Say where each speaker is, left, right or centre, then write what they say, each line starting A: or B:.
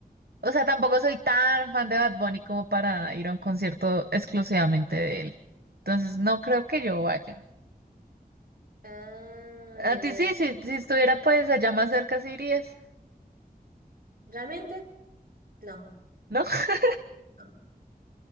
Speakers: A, on the right (about 80°); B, on the right (about 65°).
A: o sea, tampoco soy tan fan de Bad Bunny como para ir a un concierto exclusivamente de él. Entonces no creo que yo vaya.
B: Ah, ya
A: A ti
B: veo.
A: sí, sí, si estuviera pues allá más cerca sí irías,
B: ¿Realmente? No.
A: ¿no? <laughs>
B: No.